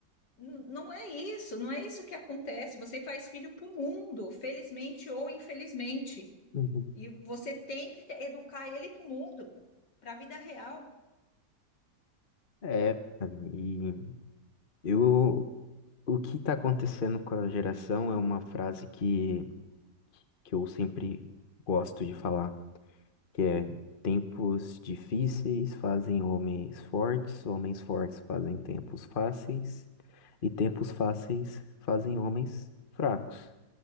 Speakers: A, on the left; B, on the left.
A: N- Não é isso, não é isso que acontece. Você faz filho para o mundo, felizmente ou infelizmente,
B: uhum.
A: e você tem que educar ele para o mundo, para a vida real.
B: É, Aline, e eu O que está acontecendo com a geração é uma frase que, que eu sempre gosto de falar, que é tempos difíceis fazem homens fortes, homens fortes fazem tempos fáceis, e tempos fáceis fazem homens fracos.